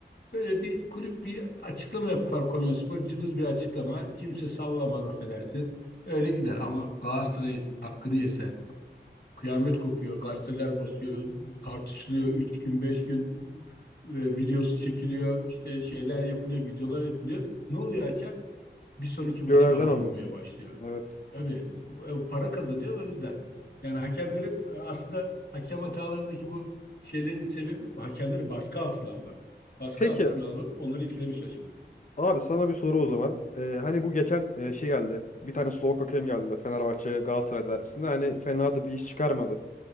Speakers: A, on the left; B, on the left.
A: böyle bir kulüp bir açıklama yapar Konya Spor. Cılız bir açıklama. Kimse sallamaz affedersin. Öyle gider ama Galatasaray'ın hakkı diye Kıyamet kopuyor, gazeteler basıyor, tartışılıyor. Üç gün, beş gün e, videosu çekiliyor, işte şeyler yapılıyor, videolar yapılıyor. Ne oluyor hakem? Bir sonraki maçı
B: Görevden
A: alamamaya
B: anlıyor.
A: başlıyor.
B: Evet.
A: Tabii e, para kazanıyor o yüzden. Yani hakemlerin e, aslında hakem hatalarındaki bu şeylerin sebebi bu. hakemleri baskı altına almak. Baskı
B: Peki
A: altına alıp onları etkilemeye çalışmak.
B: abi sana bir soru o zaman. E, hani bu geçen e, şey geldi. Bir tane Slovak hakem geldi. Fenerbahçe Galatasaray derbisinde. Hani fena da bir iş çıkarmadı.